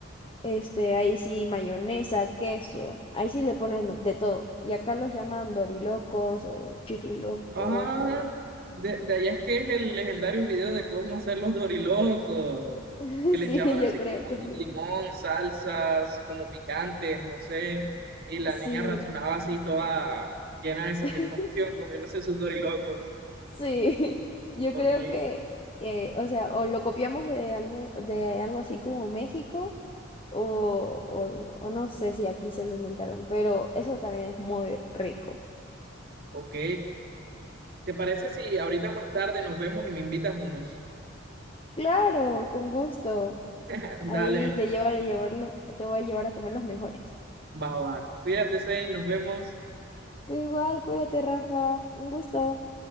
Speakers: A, on the left; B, on the right.
A: Este, ahí sí mayonesa, queso, ahí sí le ponen de todo. Y acá los llaman dorilocos o chiflilocos
B: Ah,
A: o...
B: de, de allá es que es el legendario video de cómo hacer los dorilocos,
A: <laughs>
B: que le
A: Sí,
B: echaban así
A: yo creo
B: como
A: que sí.
B: limón, salsas, como picantes, no sé. Y la
A: Sí.
B: niña reaccionaba así toda llena de satisfacción
A: <laughs>
B: comiéndose sus dorilocos.
A: Sí, <laughs> yo
B: Ok,
A: creo que, eh, o sea, o lo copiamos de algo, de algo así como México, o, o, o no sé si aquí se lo inventaron, pero eso también es muy rico.
B: ok. ¿Te parece si ahorita más tarde nos vemos y me invitas unos?
A: Claro, con gusto.
B: <laughs> Dale,
A: Ahí te llevo a llevar los- te voy a llevar a comer los mejores.
B: va va. Cuídate, Zane, nos vemos.
A: Tú igual, cuídate, Rafa. Un gusto.